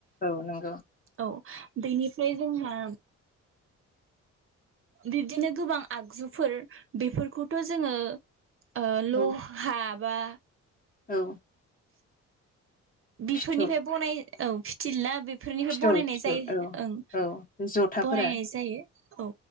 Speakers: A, on the left; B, on the right.
A: औ नंगौ।
B: औ बेनिफ्राय जोंहा बिब्दिनो गोबां आगजुफोर बेफोरखौथ' जोङो ओ लहा
A: औ
B: बा
A: औ।
B: बेफोरनिफ्राय
A: फिथल
B: बनाय औ फिथिलना बेफोरनिफ्राय
A: फिथल फिथल औ
B: ओ बनायनाय जायो ओं
A: औ जथाफोरा
B: बनायनाय जायो औ